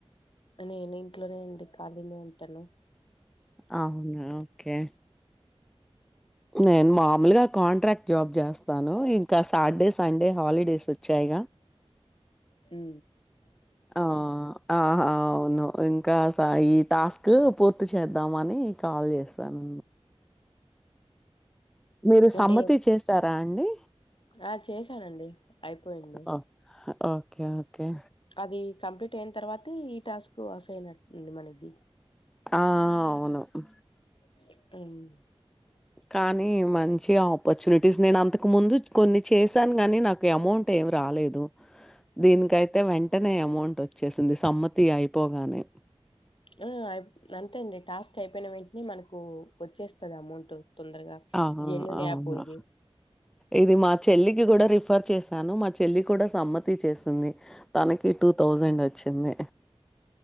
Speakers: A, on the left (about 55°); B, in the centre.
A: నేను ఇంట్లోనే అండి ఖాళీనే ఉంటాను.
B: అవునా కే నేన్ మాముల్ గా కాంట్రాక్ట్ జాబ్ చేస్తాను ఇంకా సాట్ డే, సండే హాలిడేస్ వచ్చాయిగా.
A: హు
B: ఆ ఆహా అవును ఇంకాస్ ఈ టాస్క్ పూర్తి చేద్దామని కాల్ చేస్తాను. మీరు
A: ఎంటే
B: సమ్మతి చేసారా అండి
A: ఆ చేశానండి అయిపోయింది
B: ఓహ్! ఓకే ఓకే
A: అది కంప్లీట్ టెన్ తర్వాత ఈ టాస్క్ అసైన్ అంటండి మనకి.
B: ఆ అవును <unintelligible>
A: క్కడం <unintelligible>
B: కానీ మంచి ఆపర్చునిటీస్ నేను అంతకు ముందు కొన్ని చేసాను. గాని నాకు అమౌంట్ ఏమి రాలేదు. దీనికైతే వెంటనే అమౌంట్ వచ్చేసింది సమ్మతి అయిపోగానే.
A: ఆ! అయి అంతే అండి టాస్క్ అయిపోయిన వెంటనే మనకు వచ్చేస్తది అమౌంట్ తొందరగా
B: ఆహా!
A: జన్యున్
B: అవునా!
A: యాప్ ఇది
B: ఇది మా చెల్లికి కూడా రిఫర్ చేసాను మా చెల్లి కూడా సమ్మతి చేసింది తనకి టూ తౌజండ్ వచ్చింది